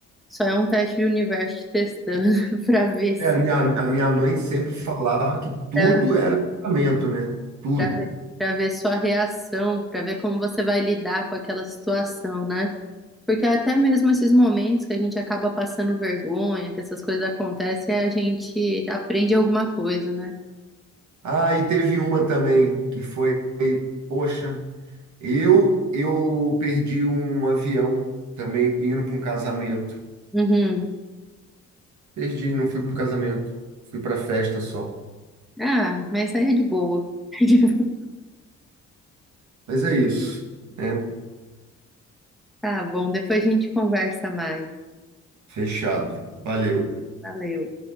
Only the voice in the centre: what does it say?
só é um teste do universo te testando <laughs> para ver se
para
pra ver, pra ver sua reação, para ver como você vai lidar com aquela situação, né? Porque até mesmo esses momentos que a gente acaba passando vergonha, que essas coisas acontecem, a gente aprende alguma coisa, né?
Uhum.
Ah, mas isso aí é de boa. <laughs>
Tá bom, depois a gente conversa mais.
Valeu.